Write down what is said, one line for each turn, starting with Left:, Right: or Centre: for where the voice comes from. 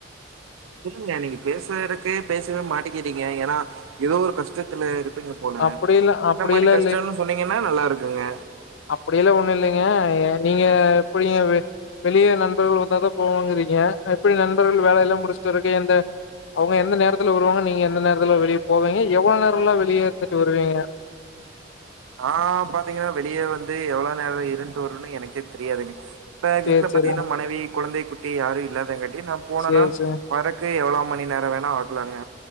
Right: சொல்லுங்க நீங்க பேசறதுக்கே பேசவே மாட்டிக்கிறீங்க ஏன்னா ஏதோ ஒரு கஷ் கஷ்டத்துல இருப்பீங்க போல
Left: அப்டி இல்ல அப்டி
Right: என்ன மாறி
Left: எல்லா
Right: கஷ்டம்னு சொன்னீங்கன்னா நல்லா இருக்குங்க
Left: அப்டியெல்லா ஒண்ணும் இல்லங்க நீங்க எப்டிங் வெளிய நண்பர்கள் வந்தாதா போவனுங்கிறீங்க எப்டி நண்பர்கள் வேலையெல்லா முடிச்சுட்டு வரதுக்கு இந்த அவங்க எந்த நேரத்துல வருவாங்க நீங்க எந்த நேரத்துல வெளிய போவீங்க எவ்ளோ நேரலா வெளிய இருந்துட்டு வருவீங்க
Right: நா பாத்தீங்கன்னா வெளிய வந்து எவ்வளவு நேர இருன்ட்டு வருவன்னு எனக்கே தெரியாதுங்க இப்ப வீட்டுல
Left: சேரி
Right: பாத்தீங்கன்னா
Left: சேரிங்க
Right: மனைவி குழந்தை குட்டி யாரும் இல்லாதங்காட்டி நம் போனனா
Left: சேரி சேரி
Right: வரக்கு எவ்ளோ மணி நேர வேணா ஆகுலாங்க